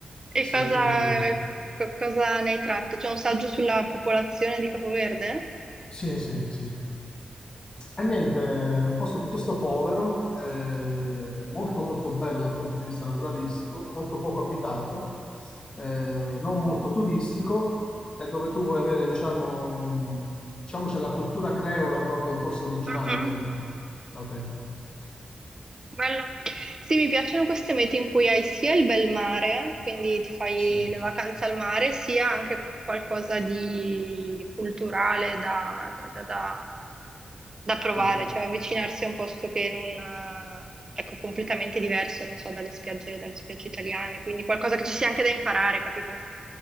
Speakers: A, on the right (about 25°); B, on the left (about 35°).
A: e
B: Sì,
A: cosa,
B: quindi...
A: co- cosa ne hai tratto? C'è un saggio sulla popolazione di Capoverde?
B: Sì, sì, sì. E niente, un posto piuttosto povero, eh, molto molto bello dal punto di vista naturalistico, molto poco abitato, eh, non molto turistico, e dove tu puoi avere, diciamo, diciamo c'è la cultura creola proprio, forse originale,
A: Mhm,
B: autentica. autentica.
A: Bello. Sì, mi piacciono queste mete in cui hai sia il bel mare, quindi ti fai
B: Sì,
A: le vacanze al mare, sia anche qualcosa di culturale da, da- da- da- da provare,
B: sì.
A: cioè avvicinarsi a un posto che non, eh, ecco, completamente diverso, non so, dalle spiagge, dalle spiagge italiane, quindi qualcosa che ci sia anche da imparare, capito?